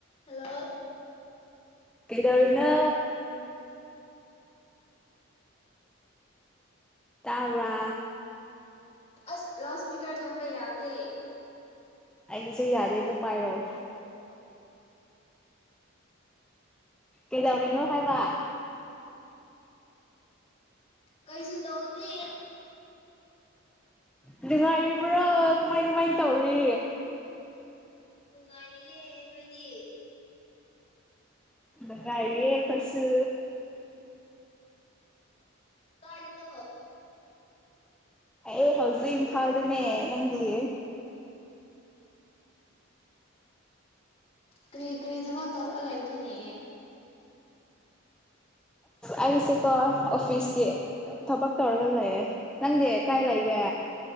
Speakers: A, on the left; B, in the centre.
A: Hello
B: ꯀꯗꯔꯤꯅꯣ ꯇꯥꯕ꯭ꯔꯥ
A: ꯑꯁ ꯂꯥꯎꯠ ꯁꯄꯤꯀꯔ ꯊꯝꯕ ꯌꯥꯗꯦ
B: ꯑꯩꯒꯤꯁꯨ ꯌꯥꯗꯦꯗꯣ ꯄꯥꯏꯔꯛꯑꯣ ꯀꯩꯗꯧꯔꯤꯅꯣ ꯍꯥꯏꯕ
A: ꯀꯩꯁꯨ ꯇꯧꯗꯦ
B: ꯅꯨꯡꯉꯥꯏꯔꯤꯕ꯭ꯔꯥ ꯀꯃꯥꯏ ꯀꯃꯥꯏꯅ ꯇꯧꯔꯤ
A: ꯎꯝ ꯔꯤꯌꯦꯦ ꯅꯣꯏꯗꯤ
B: ꯏ ꯀꯏꯦ ꯀꯁ
A: ꯀꯥꯏꯗꯇ
B: ꯑꯩ ꯍꯧꯖꯤꯛ ꯏꯝꯐꯥꯜꯗꯅꯦ ꯅꯪꯗꯤ
A: ꯀꯔꯤ ꯀꯔꯤ ꯊꯕꯛ ꯇꯧꯔ ꯂꯩꯕ꯭ꯔꯣꯅꯦ
B: ꯑꯩꯁꯦꯀꯣ ꯑꯣꯐꯤꯁꯀꯤ ꯊꯕꯛ ꯇꯧꯔꯒ ꯂꯩꯌꯦ ꯅꯪꯗꯤ ꯀꯥꯏ ꯂꯩꯒꯦ